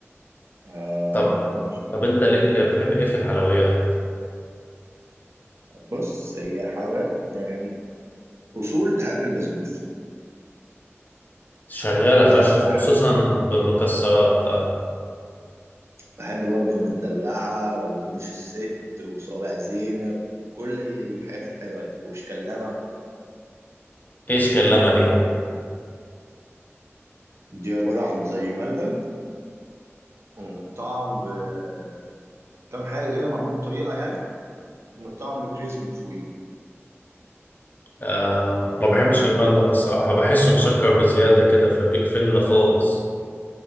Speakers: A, on the right (about 65°); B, on the left (about 40°).
A: آه
B: طب طب انت ليك بتحب ايه في الحلويات
A: بص هي حاجات يعني أصول تحب البسبوسة
B: شغاله
A: بس
B: فشخ
A: أنا
B: وخصوصا
A: بحب
B: بالمكسرات آه.
A: بحب برضو المدلعة ورموش الست وصوابع زينب وكل الحاجات الحلوة دي وشكلامة
B: ايش كلمه دي
A: دي عبارة عن زي ملبن ومتطعم بكام حاجة كده معمول بطريقة يعني ومتطعم بكريز من فوقيه
B: آه ما بحبش الملبن الصراحة بحسه مسكر بزيادة كده فبيقفلنا خالص